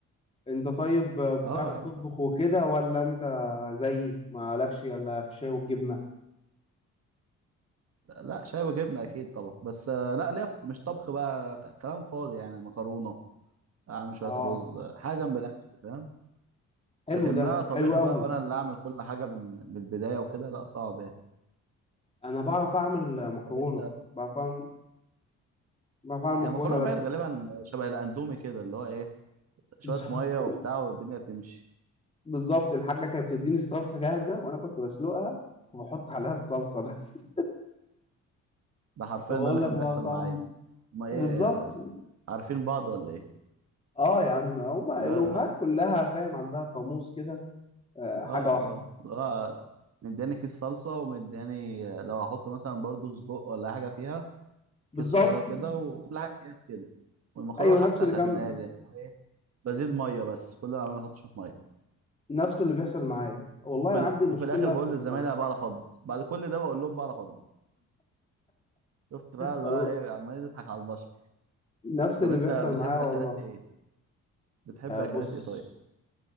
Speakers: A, on the left; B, on the right.
A: انت طيب آه، بتعرف
B: اه يا
A: تطبخ
B: عم.
A: وكده ولا انت زيي مالكش الا في الشاي والجبنه
B: لا شاي وجبنه اكيد طبعا بس آه، لا ليا في- مش طبخ بقى ك- كلام فاضي يعني مكرونه اعمل شويه
A: اه
B: رز حاجه جنب الاكل فاهم
A: حلو
B: لكن
A: ده
B: لا طبيخ
A: حلو
B: بقى
A: قوي
B: وانا اللي اعمل كل حاجه من من البدايه وكده لا صعب
A: انا بعرف اعمل مكرونه
B: يعني
A: بعرف اعمل بعرف اعمل مكرونه
B: هي مكرونه
A: بس
B: بقى غالبا شبه الاندومي كده اللي هو ايه شويه
A: بالظبط
B: ميه وبتاع والدنيا تمشي
A: بالظبط الحاجه كانت بتديني الصلصه جاهزه وانا كنت بسلقها وبحط عليها الصلصه بس <laughs>
B: ده حرفيا
A: طب
B: ده
A: اقول
B: اللي كان
A: لك بقى
B: بيحصل
A: فاهم
B: معايا ما ايه
A: بالظبط
B: عارفين بعض ولا ايه
A: اه يا عم هما
B: لا
A: الامهات
B: لا
A: كلها فاهم عندها قاموس كده آه
B: اه
A: حاجه
B: اه
A: واحده
B: لا مدياني كيس صلصه ومدياني لو هحط مثلا برضو سجق ولا حاجه فيها
A: بالظبط
B: كيس صغير كده وكل حاجه اكياس كده والمكرونه
A: ايوه
B: حتى
A: نفس اللي
B: كانت
A: كان
B: مالي يعني هو ايه بزيد ميه بس كل ما بعمله احط شويه ميه
A: نفس اللي بيحصل معايا والله
B: وفي
A: انا عندي
B: الأ-
A: مشكله
B: وفي الاخر بقول
A: في الطبخ
B: للزمايل انا بعرف اطبخ بعد كل ده بقول لهم بعرف اطبخ شفت بقى اللي
A: والله
B: هو ايه عمالين تضحك على البشر
A: نفس
B: طب
A: اللي
B: انت
A: بيحصل
B: بتحب
A: معايا والله
B: اكلات ايه بتحب
A: آه
B: اكلات
A: بص
B: ايه طيب